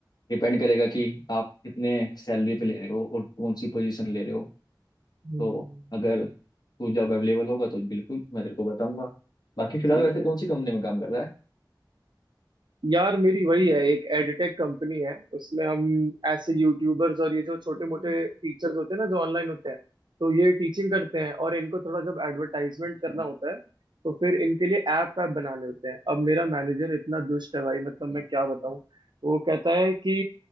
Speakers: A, on the left; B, on the right.
A: डिपेंड करेगा कि आप कितने सैलरी पे ले रहे हो और कौन सी पोजीशन ले रहे हो
B: हम्म,
A: तो अगर तू जब अवेलेबल होगा तो बिल्कुल मैं तेरे को बताऊंगा बाकी फिलहाल
B: ठीक
A: वैसे कौन
B: है
A: सी कंपनी में काम कर रहा है
B: यार मेरी वही है एक एडटेक कंपनी है उसमें हम ऐसे यूट्यूबर्स और ये जो छोटे मोटे टीचर्स होते हैं ना जो ऑनलाइन होते हैं तो ये टीचिंग करते हैं और इनको थोड़ा जब एडवर्टाइजमेंट
A: अच्छा
B: करना होता है तो फिर इनके लिए ऐप ऐप बनाने होते हैं अब मेरा मैनेजर इतना दुष्ट है भाई मतलब
A: अच्छा।
B: मैं क्या बताऊं वो कहता है कि